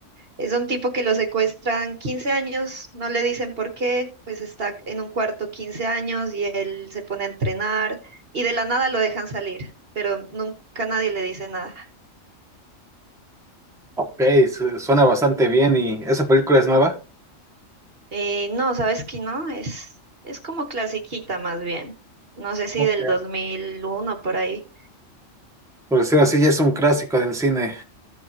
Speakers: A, on the right (about 50°); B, in the centre.
A: Es un tipo que lo secuestran 15 años, no le dicen por qué, pues está en un cuarto 15 años y él se pone a entrenar y de la nada lo dejan salir, pero nunca nadie le dice nada.
B: ok, su- suena bastante bien y esa película es nueva.
A: Eh, no, ¿sabes qué? No, es, es como clasiquita más bien. No sé si
B: Ok.
A: del 2001 por ahí.
B: Por decirlo así, ya es un clásico del cine.